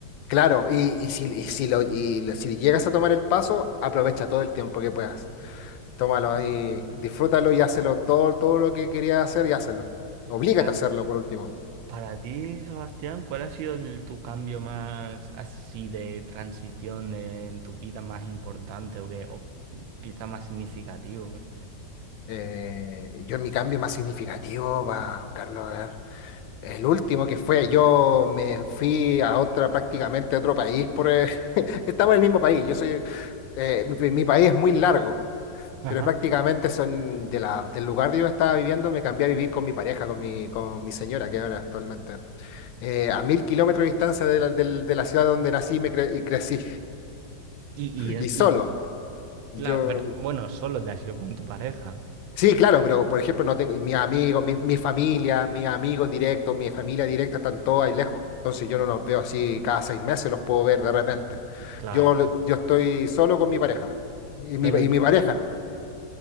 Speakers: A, on the left; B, on the right.
A: Claro, y, y si, y si, lo, y lo- si llegas a tomar el paso, aprovecha todo el tiempo que puedas. Tómalo ahí, disfrútalo y hazlo todo, todo lo que querías hacer y hazlo. Oblígate
B: Para,
A: a hacerlo por último.
B: para ti, Sebastián, ¿cuál ha sido el- tu cambio más así de transición de- en tu vida más importante o, que, o quizá más significativo? eh?
A: Eh, yo en mi cambio más significativo, va, Carlos, a ver, el último que fue, yo me fui a otra, prácticamente a otro país por... eh, <laughs> estamos en el mismo país, yo soy... eh, mi, mi país es muy largo,
B: Ajá.
A: pero prácticamente son de la, del lugar donde yo estaba viviendo, me cambié a vivir con mi pareja, con mi, con mi señora que ahora actualmente. eh, a mil kilómetros de distancia de la, del- de la ciudad donde nací y me cre- y crecí.
B: Y, y,
A: Y solo.
B: y
A: Yo,
B: claro, pero- bueno, solo te has ido con tu pareja,
A: sí, claro, pero por ejemplo, no tengo mis amigos, mi, mi familia, mis amigos directos, mi familia directa están todos ahí lejos. Entonces yo no los veo así cada seis meses, los puedo ver de repente.
B: claro.
A: Yo, lo- yo estoy solo con mi pareja y mi,
B: Pero
A: y mi pareja nomás.